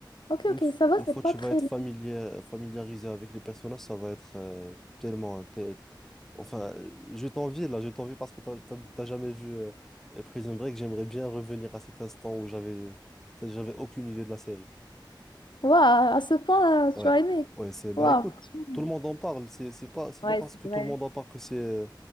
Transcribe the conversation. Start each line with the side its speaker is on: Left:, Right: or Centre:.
Left: Ok,
Centre: une,
Left: ok,
Centre: f-
Left: ça va,
Centre: une
Left: c'est
Centre: fois que
Left: pas
Centre: tu
Left: très
Centre: vas être
Left: long.
Centre: familier, familiarisé avec les personnages, ça va être euh, tellement. hein, t'es- Enfin, euh, je t'envie là, je t'envie parce que t'as t'as- t'as jamais vu euh, Prison Break. J'aimerais bien revenir à cet instant où j'avais ça, j'avais aucune idée de la série.
Left: Waouh, à ce point, euh,
Centre: Ouais,
Left: tu as aimé.
Centre: ouais, c'est bah
Left: Waouh,
Centre: écoute,
Left: franchement.
Centre: tout le monde en parle. C'est c'est pas c'est
Left: Ouais,
Centre: pas parce
Left: c'est
Centre: que
Left: vrai.
Centre: tout le monde en parle que c'est